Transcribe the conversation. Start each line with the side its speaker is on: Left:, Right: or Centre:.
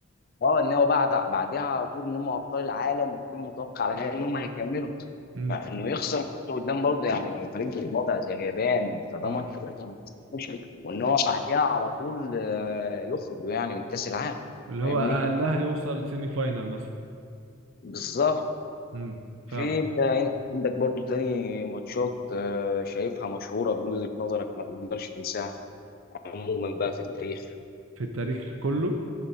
Left: اه ان هو بعد بعدها على طول ان هم ابطال العالم والكل متوقع على كده ان هم هيكملوا
Right: امم
Left: فانه يخسر قدام برضه يعني فريق في الوضع زي اليابان فده
Right: امم
Left: ماتش مش وان هو بعدها على طول آه، يخرج يعني من كاس العالم
Right: اللي
Left: فاهمني
Right: هو اقلها يوصل سيمي فاينال مثلا
Left: بالظبط
Right: امم
Left: في
Right: فاهم
Left: انت انت عندك برضه تاني ماتشات آه، شايفها مشهوره من وجهه نظرك ما تقدرش تنساها في- عموما بقى في التاريخ
Right: في التاريخ كله